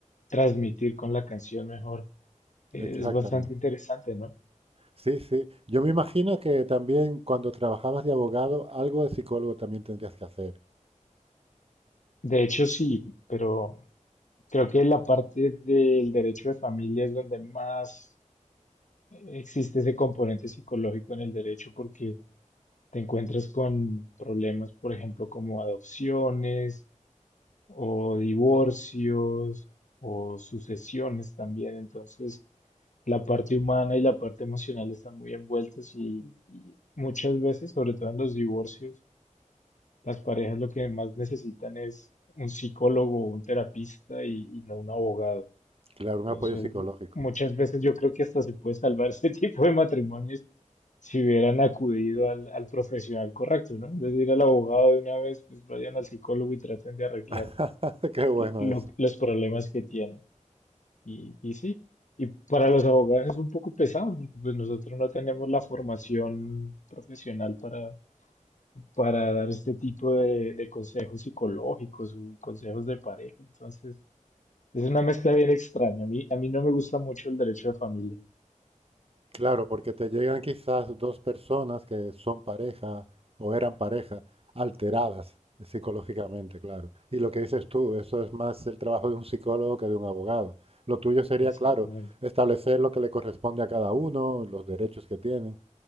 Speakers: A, on the left; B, on the right.
A: transmitir con la canción mejor, eh,
B: Exactamente.
A: es bastante interesante, ¿no?
B: Sí, sí. Yo me imagino que también cuando trabajabas de abogado, algo de psicólogo también tendrías que hacer.
A: De hecho, sí, pero creo que la parte del derecho de familia es donde más existe ese componente psicológico en el derecho, porque te encuentras con problemas, por ejemplo, como adopciones o divorcios o sucesiones también. Entonces, la parte humana y la parte emocional están muy envueltas y, y muchas veces, sobre todo en los divorcios, las parejas lo que más necesitan es un psicólogo o un terapista y, y no un abogado.
B: Claro, un
A: Entonces,
B: apoyo psicológico.
A: muchas veces yo creo que hasta se puede salvar <laughs> este tipo de matrimonios si hubieran acudido al, al profesional correcto, ¿no? En vez de ir al abogado de una vez, pues vayan al psicólogo y traten de arreglar
B: <laughs> Qué bueno
A: lo-
B: eso.
A: los problemas que tienen. Y, y sí, y para los abogados es un poco pesado, porque pues nosotros no tenemos la formación profesional para, para dar este tipo de, de consejos psicológicos o consejos de pareja. Entonces, es una mezcla bien extraña. A mí, a mí no me gusta mucho el derecho de familia.
B: Claro, porque te llegan quizás dos personas que son pareja o eran pareja, alteradas psicológicamente, claro. Y lo que dices tú, eso es más el trabajo de un psicólogo que de un abogado. Lo tuyo sería,
A: Exactamente.
B: claro, establecer lo que le corresponde a cada uno, los derechos que tienen.